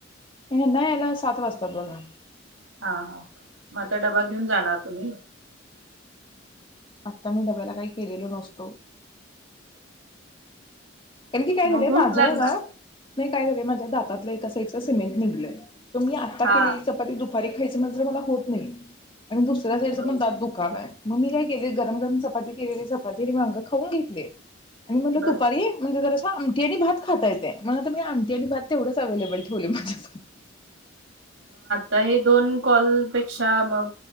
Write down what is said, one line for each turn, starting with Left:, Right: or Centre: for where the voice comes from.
Left: ह्यांना यायला सात वाजतात बघा
Right: हा हा मग आता डबा घेऊन जाणार तुम्ही.
Left: आता मी डब्याला काही केलेलो नस तो नेमकी काय झालंय
Right: मग भूक
Left: माझं
Right: लागणार
Left: ना नाही काय झालाय माझ्या दातातलं एका साईडचं सिमेंट निघलंय. तुम्ही आत्ता
Right: हा
Left: केलेली चपाती खायचं होत नाही. आणि दुसऱ्या साईडचं
Right: होय
Left: पण दात दुखायलय मग मी काय केले गरम गरम चपाती केलेली चपाती आणि वांग खाऊन घेतले. आणि म्हणलं
Right: बर
Left: तु ऐ‌, म्हणजे जर तस आमटी आणि भात खाता येतय म्हणून तर मी आमटी आणि भात तेवढच अवेलेबल ठेवले आहे माझ्याक
Right: <inaudible> तरी दोन कॉल पेक्षा मग